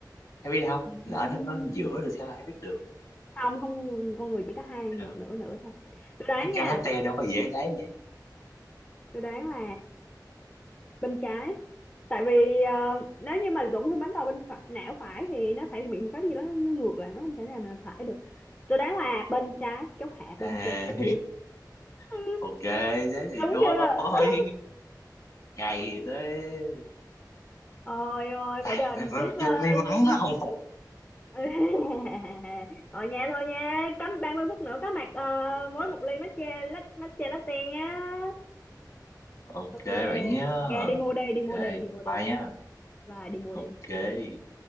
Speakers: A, on the left; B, on the left.
A: ai biết đâu lỡ
B: Ừm.
A: nó có giữa rồi sao ai biết được
B: Không không con người, con người chỉ có hai một
A: được
B: nửa nửa thôi. Tôi đoán
A: mấy chai
B: nha.
A: latte đâu có dễ lấy vậy
B: Tôi đoán là bên trái tại vì ờ, nếu như mà tổn thương bán cầu bên phải, não phải thì nó phải bị có gì đó nó ngược lại nó không thể nào mà phải được tôi đoán là bên trái chốt hạ bên
A: à,
B: trái <laughs>
A: <laughs>
B: Ừ,
A: ok thế thì
B: đúng
A: thua
B: chưa
A: thôi
B: <laughs>
A: ngày tới
B: ôi ôi
A: Tại
B: phải đền
A: mày, mày
B: tiếp ờ,
A: chơi may mắn
B: ly
A: nó không phục
B: <laughs> rồi nha thôi nha cắm 30 phút nữa có mặt ờ,
A: ok
B: mỗi một ly matcha lat matcha latte nha
A: ok
B: ok
A: bạn nhé.
B: ok đi mua đi đi
A: ok
B: mua đi đi mua đi
A: bye nhé.
B: và đi mua đi
A: ok